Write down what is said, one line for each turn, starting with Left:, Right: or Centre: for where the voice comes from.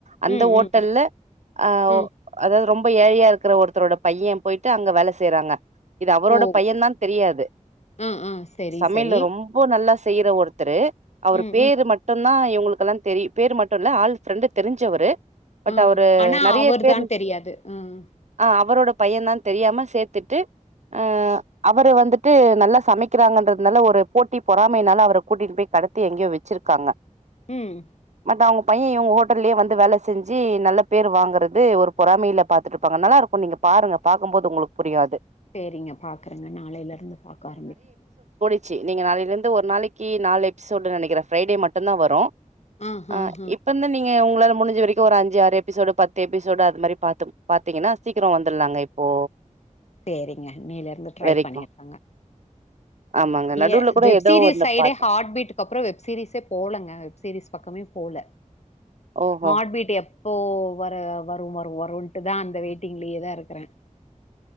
Right: அந்த
Left: ம்
Right: ஹோட்டல்ல
Left: ம் ம்
Right: ஆவ்
Left: ம்
Right: அதாவது ரொம்ப ம்ப ஏழையா இருக்கற ஒருத் த்தரோட பைய்ய போயிட்டு அங்க வேல செய்றாங்க இது அவரோட
Left: ஓ
Right: பையந்தான்னு தெரியாது
Left: ஆ ஆ செரி
Right: சமையல்ல
Left: செரி
Right: ரொம்ப நல்லா ஸ் செய்யிற ஒரு த்தரு அவரு
Left: ம்
Right: பேரு
Left: ம்
Right: மட்டுந் தா இவுங்களுக்கெல்லா தெரியு பேரு மட்டு இல்ல ஆள் ப்ரெண்டு் தெரிஞ்சவரு பட்
Left: ம்
Right: அவரு
Left: ஆனா
Right: நெறைய
Left: அவர்தான்னு
Right: பேர்
Left: தெரியாது ம்
Right: ஆ அவரோட பையந்தான்னு தெரியாம சேத்துட்டு ஆ அவரு வந் ந்துட்டு நல்லா சமைக்கிறாங்கன்றதுனால ஒரு போட்டி பொறாமையினால அவர கூட்டிட்டு போய் கடத்தி எங்யோ வெச்சிருக்காங்க
Left: ம்
Right: தா அவுங்க பைய இவுங்க ஹோட்டல்லயே வந்து வேல செஞ்சு நல்ல பேர் வாங்குறது ஒரு பொறமையில பாத்துட்ருப்பாங்க நல்லா இருக் க்கு நீங்க பாருங்க பாக்கும் போது உங்களுக்கு புரியு அது
Left: சேரிங்க பாக்குறங்க நாளைலருந்து பாக்க ஆரம்பிக்
Right: ச்சி நீங்க நாளைல்லருந்து ஒரு நாளைக்கி நாலு எபிசோடு நெனைக்கற ஃப்ரைடே மட்டுந்தா வரு
Left: ஆ
Right: அ
Left: ஆ ஆ
Right: இப்பந்து நீங் ஏ ஒங்களால முடிஞ்ச வரைக்கு ஒரு அஞ்சு ஆறு எபிசோடு பத்து எபிசோடு அது மாரி பாத்து பாத்தீங்கன்னா சீக்கிறொ வந்துர்லாங்க இப்போ
Left: சேரிங்க இன்னைலருந்து ட்ரை
Right: வரைக்கு
Left: பண்ணிற்றங்க
Right: ஆமாங்க. நடுவுல
Left: ய
Right: கூட
Left: வெப்சீரிஸ்
Right: ஏதோ ஒண்ணு
Left: சைடே
Right: பாத்தேன்.
Left: ஹாட் பீட்டுக்கு அப்புறொ வெப்சீரிஸே போலங்க வெப் சீரிஸ் பக்கமே போல
Right: ஓஹோ!
Left: ஹாட் பீட் எப் ப்போ வர வரும் வரு வருன்ட்டு தா அந்த வெயிட்டிங்லயேதா இருக்குறே